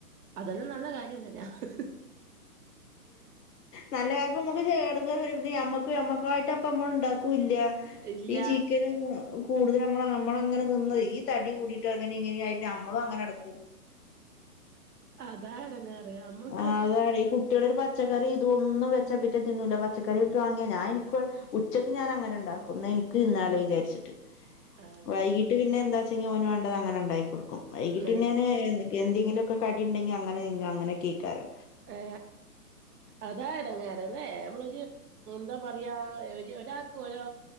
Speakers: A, on the right; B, on the left.
A: അതെല്ലാം നല്ല കാര്യം തന്നാ ഹ്ഹ
B: നല്ല ആയപ്പം നിങ്ങൾക്ക് എടങ്ങേറ് വരും ഇത് ഞമ്മക്കുവേ ഞമ്മക്കായിട്ട് അപ്പം ഉമ്മ ഉണ്ടാക്കുല്ല
A: ഇല്ല
B: ഈ ചിക്കനും അ കൂടുതല് നമ്മള് നമ്മങ്ങന തിന്നത് ഈ തടി കൂടിട്ടാ അങ്ങനെയും ഇങ്ങനയും ആയിട്ന നമ്മളും അങ്ങനെ എടുക്കും
A: അതാ എടങ്ങേറ് അമ്മക്ക്
B: ആ അതാണ് ഈ
A: ഉം
B: കുട്ടിയടൊരു പച്ചക്കറി ഇതൊന്നും വെച്ചാ പിറ്റേ തിന്നൂല്ല പച്ചക്കറിയൊട്ട് വാങ്ങിയ ഞാൻ എനിക്ക് ഉച്ചക്ക് ഞാൻ അങ്ങനെ ഉണ്ടാക്കും എന്നാ എനിക്ക് തിന്നാലോ വിചാരിച്ചിട്ട്
A: ആഹ്
B: വൈകിട്ട് പിന്നെ എന്താച്ചെങ്കി ഓന് വേണ്ടത് അങ്ങനെ ഉണ്ടായിക്കൊടും വൈകിട്ടും
A: നയിച്ച്
B: ഞാന് എ എന്തേങ്കിലും ഒക്കെ കടി ഉണ്ടെങ്കി അങ്ങനെ തിന്നും അങ്ങന കയിക്കാറ്
A: ഏ അതാ എടെങ്ങേറ് അല്ലേ നമ്മളൊരു എന്താ പറയാ ഒര് ഒരാക്ക് ഒരോ